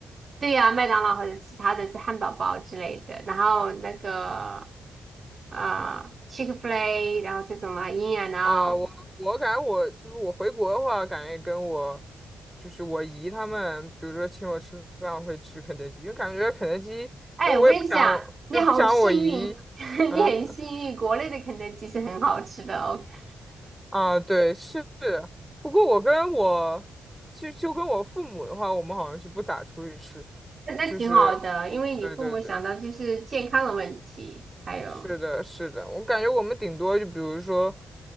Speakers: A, on the right; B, in the centre.
A: 对呀，麦当劳或者其他的是汉堡包之类的，然后那个。啊、Chick-fil-A，然后这种的 In and Out。
B: 啊，我我感觉我就是我回国的话，感觉跟我就是我姨他们，比如说请我吃饭，我会吃肯德基，因为感觉肯德基，因为我也不想就不想我姨，
A: 哎，我跟你讲，你好幸运，<laughs>
B: 嗯。
A: 你很幸运，国内的肯德基是很好吃的哦。<laughs>
B: 啊，对，是。不过我跟我就就跟我父母的话，我们好像是不咋出去吃，
A: 那挺好的，
B: 就是，
A: 因为你父母想到就是健康的问题，
B: 对对对，
A: 还有
B: 是的，是的。我感觉我们顶多就比如说，